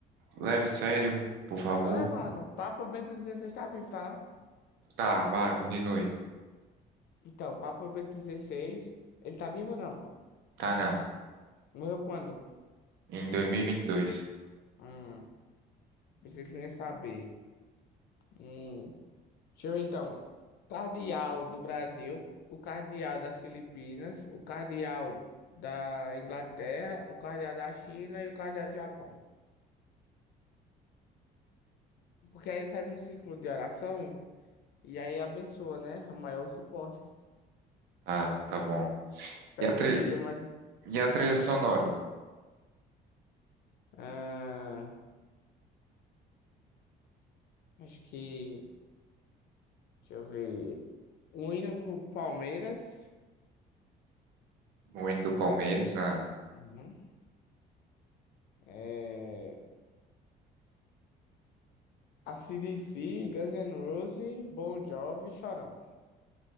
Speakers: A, on the right; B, on the left.
A: leve sério, por favor.
B: Tô levando. Papa Bento XVI tá vivo, tá não?
A: Tá, vá, continue.
B: Então, Papa Bento XVI, ele tá vivo ou não?
A: Tá, não.
B: Morreu quando?
A: Em dois mil e e vinte e dois
B: Hum, pensei que não ia saber. Hum, deixa eu ver então. Cardeal do Brasil, o cardeal das Filipinas, o cardeal da Inglaterra, o cardeal da China e o cardeal do Japão. Porque aí eles fazem um círculo de oração e aí abençoa, né? O maior suporte.
A: Tá, tá bom.
B: Pra
A: E a,
B: gente
A: tri...
B: entender mais.
A: e a trilha sonora?
B: Ah, acho que. Deixa eu ver. O hino do Palmeiras.
A: O hino do Palmeiras? Ah.
B: Uhum. É... AC/DC, Guns N' Roses, Bon Jovi, Chorão.